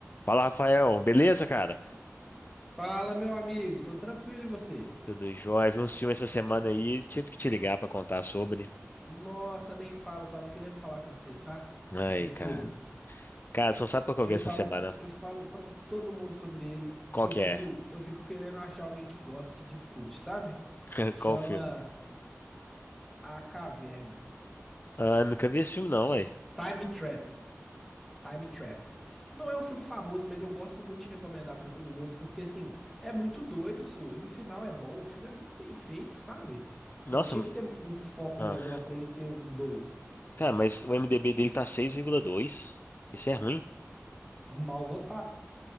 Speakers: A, on the left; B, in the centre.
A: Fala, Rafael. Beleza, cara?
B: Fala, meu amigo, tô tranquilo e você?
A: Tudo jóia. Vi uns filmes essa semana aí, tive que te ligar pra contar sobre.
B: Nossa, nem falo, eu tava querendo falar com você, sabe?
A: Ai,
B: De um filme.
A: cara. Cara, você não sabe qual que eu
B: Eu
A: vi essa
B: falo,
A: semana?
B: eu falo para todo mundo sobre ele porque
A: Qual
B: eu
A: que
B: fico,
A: é?
B: eu fico querendo achar alguém que goste, que discute, sabe?
A: <laughs>
B: Chama
A: Qual o filme?
B: A Caverna.
A: Ah, nunca vi esse filme não, ué.
B: Time Trap. Time Trap. Não é um filme famoso, mas eu gosto muito de recomendar pra todo mundo porque assim, é muito doido, sou, e o final é bom, o filme é muito bem feito, sabe?
A: Nossa,
B: Ele tinha que ter um foco
A: ah.
B: melhor pra ele ter dois.
A: Cara, mas o IMDb dele tá seis vírgula dois. Isso é ruim.
B: mal votado,